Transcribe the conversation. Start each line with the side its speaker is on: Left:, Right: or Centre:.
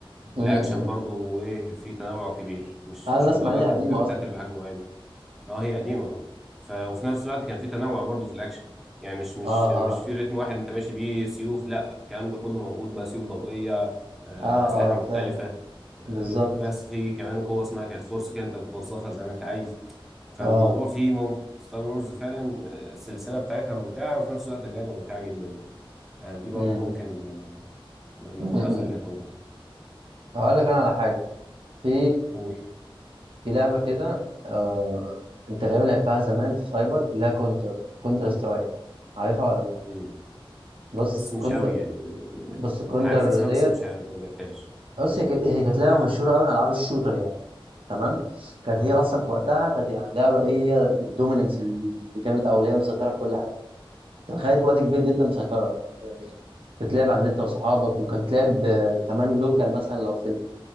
Right: م-
Centre: والاكشن
Right: م.
Centre: برضو وايه في تنوع كبير مش
Right: انا
Centre: مش
Right: اسمع
Centre: مجرد
Right: ان هي قديمه
Centre: انت بتقتل
Right: اصلا
Centre: بحاجه معينه اه هي قديمه اه ف وفي نفس الوقت كان في تنوع برضو في الاكشن يعني مش مش
Right: اه
Centre: مش
Right: اه
Centre: في رتم واحد انت ماشي بيه سيوف لا الكلام ده كله موجود بقى سيوف ضوئيه آه،
Right: اه
Centre: اسلحه مختلفه
Right: اه فاهم
Centre: آه،
Right: بالظبط
Centre: بس في كمان قوه اسمها كانت فورس كده انت بتوظفها زي ما انت عايز فالموضوع
Right: اه
Centre: فيه ممتع ستار وورز فعلا آه، السلسله بتاعتها ممتعه وفي نفس الوقت اللعبه ممتعه جدا يعني دي
Right: م-
Centre: برضو ممكن آه، ناخدها
Right: م- م.
Centre: في الاعتبار
Right: هقول لك انا على حاجه في
Centre: قول
Right: في لعبة كده آه... انت غالبا لعبتها زمان في سايبر لا كونتر كونتر سترايك عارفها ولا لأ؟
Centre: مم.
Right: بص
Centre: بص مش
Right: كونتر
Centre: قوي يعني
Right: بص كونتر
Centre: عارف اسمها
Right: ديت
Centre: بس مش ه- ما لعبتهاش
Right: بص هي كانت هي كانت لعبة مشهورة قوي من ألعاب الشوتر يعني تمام كانت
Centre: اه
Right: هي أصلا في وقتها كانت يعني لعبة إيه هي الدوميننس اللي جامد أوي اللي هي مسيطرة في كل حاجة كانت خدت وقت كبير جدا مسيطرة يعني تتلعب على النت وصحابك وكانت تلعب آه، كمان لوكال مثلا لو في